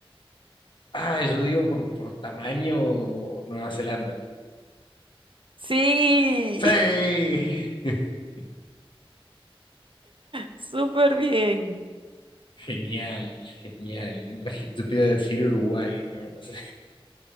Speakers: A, on the left; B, on the right.
A: Ah, yo digo por, por tamaño Nueva Zelanda.
B: Sí,
A: Sí.
B: <laughs>
A: <laughs>
B: súper bien.
A: Genial, genial. Imagi- Yo te iba a decir Uruguay, no, <laughs> no sé.